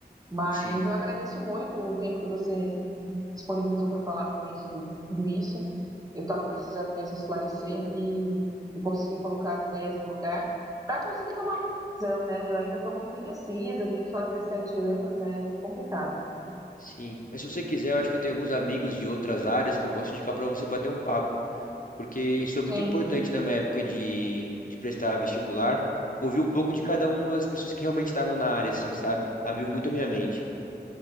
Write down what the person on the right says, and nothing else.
Mas
eu agradeço muito o tempo que você disponibilizou para falar para mim sobre tudo isso. Eu estava precisando mesmo esclarecer e, e conseguir colocar as ideias no lugar para conseguir tomar uma decisão, né? Eu ainda estou muito indecisa, tenho só 17 anos, é complicado.
Sim,